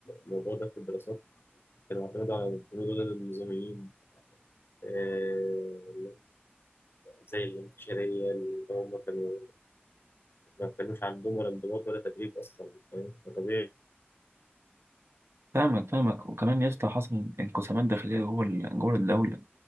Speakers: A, on the left (about 65°); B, on the right (about 85°).
A: الموضوع ده في الدراسات كانوا اعتمدوا على الجنود ضد النظاميين آه، اللي هم زي الانكشارية اللي هم كانوا ما كانوش عندهم ولا انضباط ولا تدريب أصلا فاهم؟ فطبيعي
B: فاهمك فاهمك وكمان يا اسطى حصل انقسامات داخلية جوه ال- جوه الدولة